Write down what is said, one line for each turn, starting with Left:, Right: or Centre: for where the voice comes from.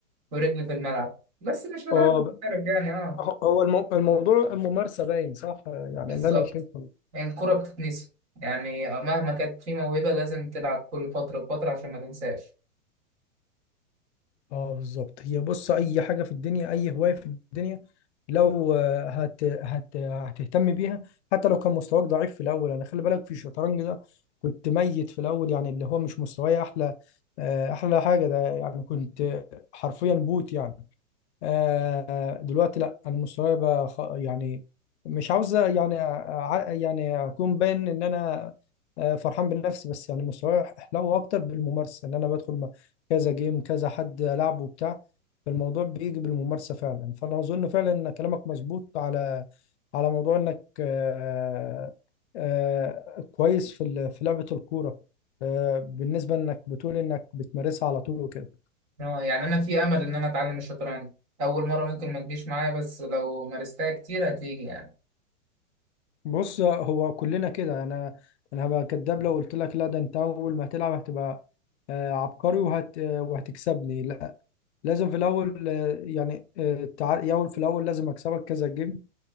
Right: ورجلي في الملعب بس مش لدرجة
Left: اه
Right: محترف
Left: ب-
Right: يعني أه
Left: هو المو- الموضوع الممارسة باين صح آه، يعني
Right: بالظبط
Left: اللي انا شايفه
Right: يعني الكرة بتتنسي يعني مهما كانت في موهبة لازم تلعب كل فترة وفترة عشان ما تنساش
Left: اه بالظبط هي بص اي حاجه في الدنيا اي هوايه في الدنيا لو آه، هت هت هتهتم بيها حتى لو كان مستواك ضعيف في الاول انا خلي بالك في الشطرنج ده كنت ميت في الاول يعني اللي هو مش مستواي احلى آه، احلى حاجه ده يعني كنت حرفيا بوت يعني آه، دلوقتي لا انا مستواي بقى خ- يعني مش عاوز يعني ع- يعني اكون باين ان انا آه، فرحان بنفسي بس يعني مستواي حلو اكتر بالممارسه ان انا بدخل مع كذا جيم كذا حد لعبه وبتاع فالموضوع بيجي بالممارسه فعلا فانا اظن فعلا ان كلامك مظبوط على على موضوع انك آه، آه، كويس في ال- في لعبه الكوره آه، بالنسبه انك بتقول انك بتمارسها على طول وكده
Right: اه يعني أنا في أمل إن أنا أتعلم الشطرنج أول مرة ممكن ما تجيش معايا بس لو مارستها كتير هتيجي يعني
Left: بص هو كلنا كده انا انا هبقى كداب لو قلت لك لا ده انت اول ما هتلعب هتبقى آه، عبقري وهت آه، وهتكسبني لا لازم في الاول آه، يعني آه، تع- يا أول- في الاول لازم اكسبك كذا جيم